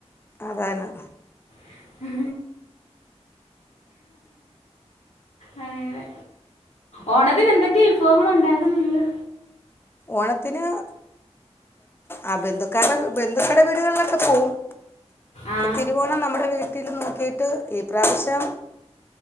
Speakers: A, on the left (about 20°); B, on the left (about 70°).
A: അതാണ്
B: <inaudible> ഹാ അതനെ ഓണത്തിന് എന്തൊക്കെയാ വിഭവങ്ങൾ ഉണ്ടാകും നിങ്ങള്
A: ഓണത്തിന് ആ ബന്ധുക്കരുടെ ബന്ധുക്കടെ വീടുകളിലൊക്കെ പോകവും
B: ആ
A: തിരുവോണം നമ്മുടെ വീട്ടിൽ നോക്കിയിട്ട് ഈ പ്രാവശ്യം